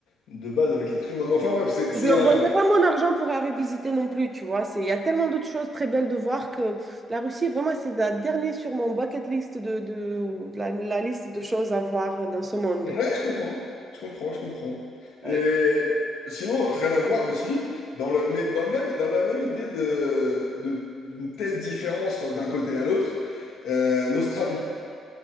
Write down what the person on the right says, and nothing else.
Je leur
donnerai pas mon argent pour aller visiter non plus, tu vois. C'est, il y a tellement d'autres choses très belles de voir que la Russie, vraiment, c'est la dernière sur mon bucket list de, de- ou la, la liste de choses à voir dans ce monde.
Euh,